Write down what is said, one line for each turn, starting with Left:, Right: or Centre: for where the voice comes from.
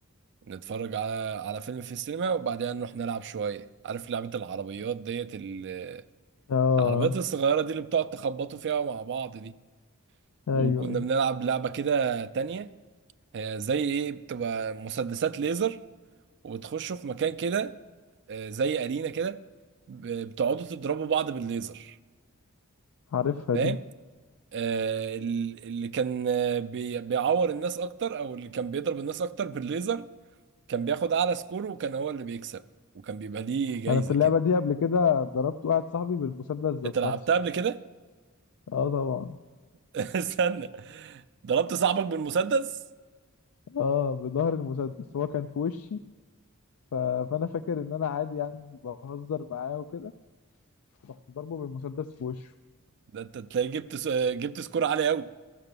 Right: نتفرج على على فيلم في السينما وبعدها نروح نلعب شوية عارف لعبة العربيات ديت ال-
Left: اه
Right: العربيات الصغيرة دي اللي بتقعد تخبطوا فيها مع بعض دي
Left: ايوه
Right: وكنا
Left: ايوه
Right: بنلعب لعبة كده تانية آه، زي ايه بتبقى مسدسات ليزر وتخشوا في مكان كده آه، زي ارينا كده ب- بتقعدوا تضربوا بعض بالليزر
Left: عارفها
Right: فاهم
Left: دي
Right: آه، ال- اللي كان آه، بي- بيعور الناس اكتر او اللي كان بيضرب الناس اكتر بالليزر كان بياخد اعلى سكور وكان هو اللي بيكسب وكان بيبقى ليه جايزة
Left: انا في اللعبه
Right: كده
Left: دي قبل كده ضربت واحد صاحبي بالمسدس ذات
Right: انت لعبتها
Left: نفسه
Right: قبل كده
Left: اه طبعا
Right: <laughs> استنى ضربت صاحبك بالمسدس
Left: اه بظهر المسدس هو كان في وشي ف... فانا فاكر ان انا عادي يعني بهزر معاه وكده رحت ضربه بالمسدس في وشه
Right: ده انت تلاقي جبت س- جبت سكور عالي قوي